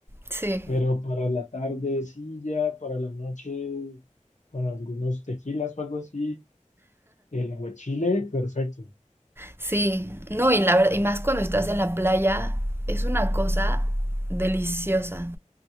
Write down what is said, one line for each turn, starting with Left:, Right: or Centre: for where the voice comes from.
Right: sí.
Left: Pero para la tardecilla, para la noche, con algunos tequilas o algo así, el aguachile, perfecto.
Right: Sí, no, y la verdad, y más cuando estás en la playa, es una cosa deliciosa,